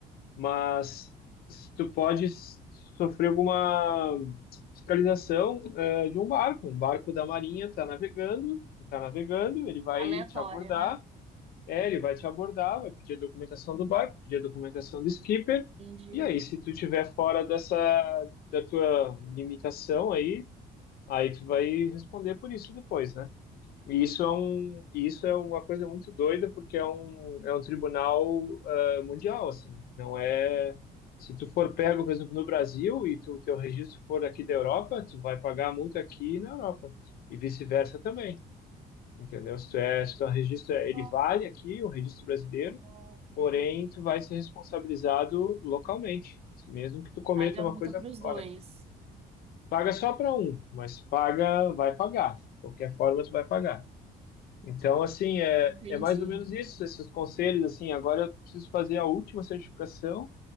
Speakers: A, on the left; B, on the right.
A: mas tu pode s- sofrer alguma fiscalização eh, de um barco. Um barco da Marinha está navegando, está navegando, ele vai
B: Aleatória,
A: te abordar,
B: né?
A: é, ele vai te abordar, vai pedir a documentação do barco, pedir a documentação do skipper,
B: Entendi.
A: e aí, se tu tiver fora dessa, da tua limitação aí, aí tu vai responder por isso depois, né? E isso é um, isso é uma coisa muito doida, porque é um, é um tribunal ah, mundial, assim. Não é. Se tu for pego, por exemplo, no Brasil e tu, teu registro for aqui da Europa, tu vai pagar a multa aqui na Europa. E vice-versa também, entendeu? Se tu é, se teu registro, é- ele
B: Oh,
A: vale aqui, o registro brasileiro,
B: oh, oh,
A: porém tu
B: oh.
A: vai ser responsabilizado localmente, mesmo que tu cometa
B: Paga a
A: uma
B: multa
A: coisa
B: para os
A: fora.
B: dois.
A: Paga só para um, mas paga, vai pagar. De qualquer forma, tu vai pagar. Então, assim, é,
B: Entendi.
A: é mais ou menos isso, esses conselhos, assim, agora eu preciso fazer a última certificação,